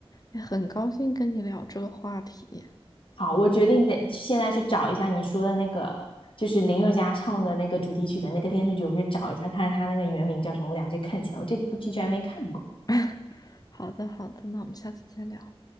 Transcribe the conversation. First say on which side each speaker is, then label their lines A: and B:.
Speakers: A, on the left (about 40°); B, on the left (about 60°).
A: 哎，很高兴跟你聊这个话题。
B: 好，我决定得现在去找一下你说的那个，就是林宥嘉唱的那个主题曲的那个电视剧，我去找一下，看看他那个原名叫什么，我俩就看起来。我这部剧居然没看过。
A: <laughs> 好的，好的，那我们下次再聊。